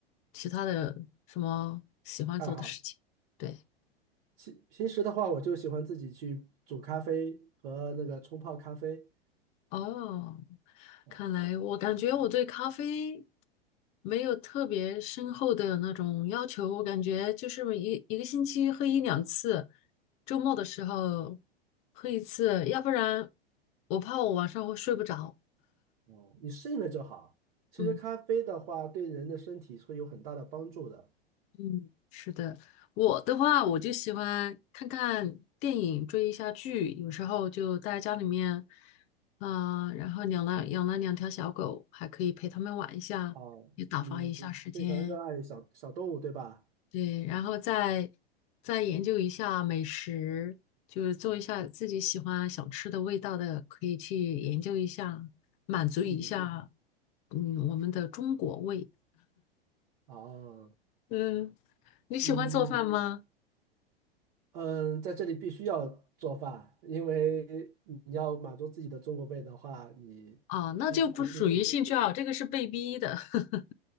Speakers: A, on the left; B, on the right.
A: 其他的什么喜欢做的事情？
B: 爱好。
A: 对，
B: 其平时的话，我就喜欢自己去煮咖啡和那个冲泡咖啡。
A: 哦，
B: 啊，
A: 看来我感觉我对咖啡没有特别深厚的那种要求，我感觉就是一一个星期喝一两次，周末的时候喝一次，要不然我怕我晚上会睡不着。
B: 哦，你适应了就好。其实咖啡的话，
A: 嗯。
B: 对人的身体会有很大的帮助的。
A: 嗯，是的，我的话我就喜欢看看电影，追一下剧，有时候就待在家里面，嗯、然后养了养了两条小狗，还可以陪它们玩一下，
B: 哦，
A: 也打发一下时间。
B: 你非常热爱小小动物，对吧？
A: 对，然后再再研究一下美食，就是做一下自己喜欢想吃的味道的，可以去研究一下，满足一下，
B: 嗯，
A: 嗯，我们的中国胃。
B: 哦，
A: 嗯，你喜欢做饭吗？
B: 嗯嗯，在这里必须要做饭，因为你要满足自己的中国胃的话，你必须要自己。
A: 啊，那就不属于兴趣爱好，这个是被逼的、<laughs>